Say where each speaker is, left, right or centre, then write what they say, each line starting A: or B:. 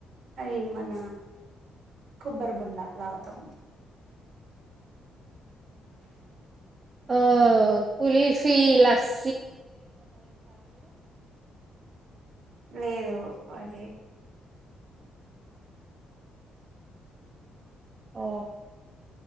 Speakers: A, on the right; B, on the right.
A: అవి మన కొబ్బరి బొండా లాగ్తం
B: ఓ కుల్ఫీ లస్
A: లేదు అదే
B: ఓ